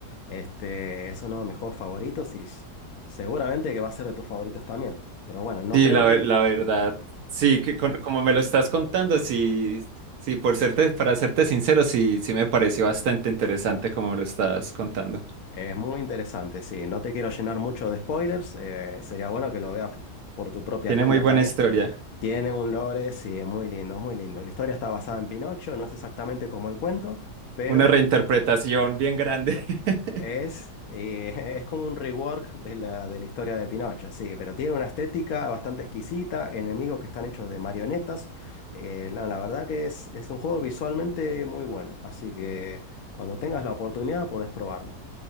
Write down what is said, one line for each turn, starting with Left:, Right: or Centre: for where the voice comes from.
Left: Este es uno de mis juegos favoritos y s- seguramente que va a ser de tus favoritos también. Pero bueno, no
Right: Sí,
Left: creo
Right: la,
Left: que
Right: ver- la verdad, sí, que con- como me lo estás contando, sí, sí, por serte, para serte sincero, sí, sí me pareció bastante interesante como me lo estás contando.
Left: es muy interesante. Sí, no te quiero llenar mucho de spoilers. eh, sería bueno que lo veas por tu propia
Right: Tiene
Left: cuenta
Right: muy buena
Left: también.
Right: historia,
Left: Tiene un lore, sí, es muy lindo, muy lindo. La historia está basada en Pinocho, no es exactamente como el cuento, pero
Right: una reinterpretación bien grande. <laughs>
Left: es, eh, <laughs> es como un rework de la, de la historia de Pinocho, sí, pero tiene una estética bastante exquisita, enemigos que están hechos de marionetas. eh, la, la verdad que es, es un juego visualmente muy bueno, así que cuando tengas la oportunidad podés probarlo.